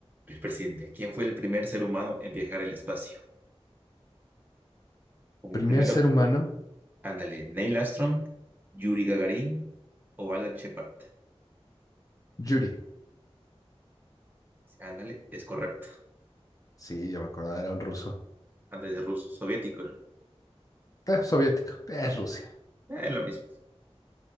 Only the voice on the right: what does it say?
el presidente? ¿Quién fue el primer ser humano en viajar al espacio? Como
primero,
ándale, Neil Armstrong, Yuri Gagarin o Alan Shepard.
Ándale, es correcto.
Antes de ruso, soviético. ¿no?
Eh, Es lo mismo.